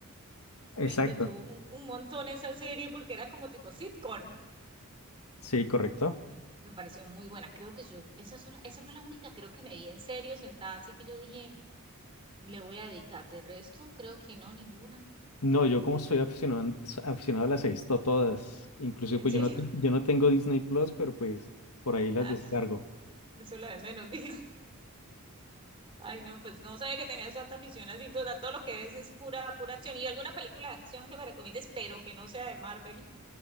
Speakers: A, on the left (about 80°); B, on the right (about 25°).
A: Exacto.
B: Me entretuvo un, un montón esa serie porque era como tipo sitcom.
A: Sí, correcto.
B: Me pareció muy buena. Creo que yo, esa, sola- esa fue la única, creo que me vi en serio sentada, así que yo dije, le voy a dedicar. De resto, creo que no, ninguna.
A: No, yo como soy aficionado, aficionado las he visto todas. Incluso
B: ¿En
A: pues
B: serio?
A: yo no, te-
B: <laughs>
A: yo no tengo Disney Plus, pero pues por ahí las
B: Ah,
A: descargo.
B: eso es lo de menos, <laughs> diga. Ay, no, pues no sabía que tenías tanta afición así, todo, todo lo que ves es pura, pura acción. ¿Y alguna película de acción que me recomiendes, pero que no sea de Marvel?